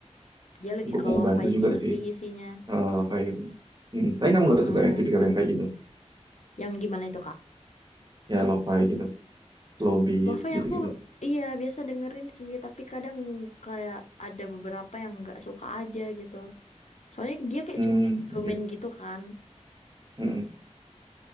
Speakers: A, on the left (about 70°); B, on the right (about 35°).
A: Dia lebih
B: cukup
A: ke
B: membantu
A: lo-fi
B: juga
A: gitu
B: sih
A: sih isinya.
B: eh lo-fi gitu hmm. tapi kamu
A: Mm-mm.
B: gak suka ya tipikal yang kayak gitu
A: Yang gimana itu Kak?
B: ya lo-fi gitu slow beat
A: Lo-fi
B: gitu
A: aku
B: gitu
A: iya biasa dengerin sih, tapi kadang kayak ada beberapa yang nggak suka aja gitu. Soalnya dia kayak
B: hmm
A: cuma instrumen
B: oke
A: gitu kan.
B: Hmm,